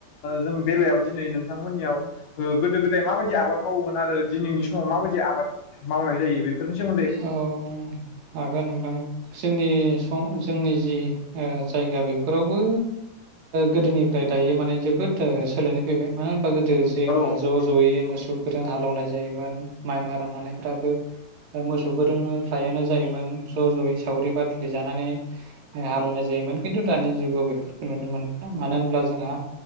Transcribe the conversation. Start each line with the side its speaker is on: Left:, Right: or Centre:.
Left: जों बेलायाव दिनै नोंथांमोननियाव गोदो गोदाय माबायदि आबाद मावोमोन आरो दिनैनि समाव माबायदि आबाद मावनाय जायो बेफोरनि सायाव
Right: औ हागोन नोंथां जोंनि स जोंनि जि जायगा बेफोरावबो गोदोनिफ्राय दायो माने जोबोद सोलायनाय फैबाय मानो गोदो जोंना
Left: औ
Right: ज' ज'यै मोसौ मोसौफोरजों हालौनाय जायोमोन माइ मारा नानायफ्राबो मोसौफोरजोंनो फ्रायानो जायोमोन ज' ज'यै सावरि बादलि जानानै माइ हालायनाय जायोमोन खिन्थु दानि जुगाव बेफोरखौ नुनो मोनला मानो होनब्ला जोंहा